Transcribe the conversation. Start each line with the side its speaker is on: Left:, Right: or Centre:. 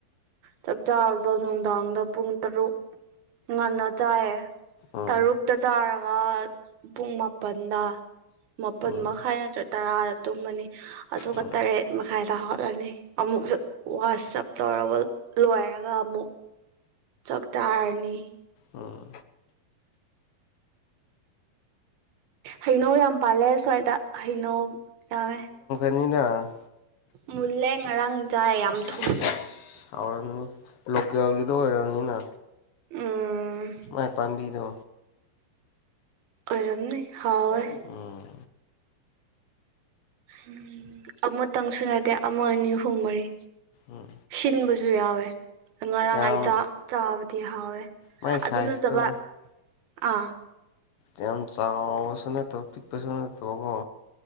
Right: ꯆꯥꯥꯥꯛ ꯆꯕꯗꯣ ꯅꯨꯡꯗꯥꯡꯗ ꯄꯨꯡ ꯇꯔꯨꯛ ꯉꯟꯅ ꯆꯥꯏꯌꯦ
Left: ꯎꯝ
Right: ꯇꯔꯨꯛꯇ ꯆꯥꯔ ꯒ ꯄꯨꯡ ꯃꯥꯄꯟꯗ ꯃꯥꯄꯟ
Left: ꯎꯝ
Right: ꯃꯈꯥꯏ ꯅꯠꯇ꯭ꯔ ꯇꯔꯥꯗ ꯇꯨꯝꯃꯅꯤ ꯑꯗꯨꯒ
Left: ꯎꯝ
Right: ꯇꯔꯦꯠ ꯃꯈꯥꯏ ꯇꯥ ꯍꯧꯒꯠꯂꯅꯤ ꯑꯃꯨꯛ ꯋꯥꯁꯞ ꯇꯧꯔꯕ ꯂꯣꯏꯔꯒ ꯑꯃꯨꯛ ꯆꯛ ꯇꯥꯔꯅꯤ
Left: ꯎꯝ
Right: ꯍꯩꯅꯧ ꯌꯥꯝ ꯄꯥꯜꯂꯦ ꯁ꯭ꯋꯥꯏꯗ ꯍꯩꯅꯧ ꯌꯥꯝꯃꯦ
Left: ꯅꯣꯏꯗꯥ
Right: ꯃꯨꯜꯂꯦ ꯉꯔꯥꯡ ꯆꯥꯏ ꯌꯥꯝ
Left: ꯑꯁ
Right: ꯊꯨꯝ
Left: ꯍꯥꯎꯔꯝꯅꯤ ꯂꯣꯀꯦꯜꯒꯤꯗꯣ ꯑꯣꯏꯔꯝꯅꯤꯅ
Right: ꯎꯝ
Left: ꯃꯥꯏ ꯄꯥꯝꯕꯤꯗꯣ
Right: ꯑꯣꯏꯔꯝꯅꯤ ꯍꯥꯎꯋꯦ
Left: ꯎꯝ
Right: ꯎꯝ ꯑꯃꯇꯪ ꯁꯨ ꯅꯠꯇꯦ ꯑꯃ ꯑꯅꯤ ꯑꯍꯨꯝ ꯃꯔꯤ
Left: ꯎꯝ
Right: ꯁꯤꯟꯕꯖꯨ ꯌꯥꯎꯋꯦ ꯉꯔꯥꯡ
Left: ꯌꯥꯝ
Right: ꯑꯩ ꯆꯥꯛ ꯆꯥꯕꯗꯤ ꯍꯥꯎꯋꯦ
Left: ꯃꯥꯏ ꯁꯥꯏꯖꯇꯣ
Right: ꯑꯗꯨ ꯅꯠꯇꯕ ꯑꯥ
Left: ꯌꯥꯝ ꯆꯥꯎꯔꯁꯨ ꯅꯠꯇꯕ ꯄꯤꯛꯄꯖꯨ ꯅꯠꯇꯕꯀꯣ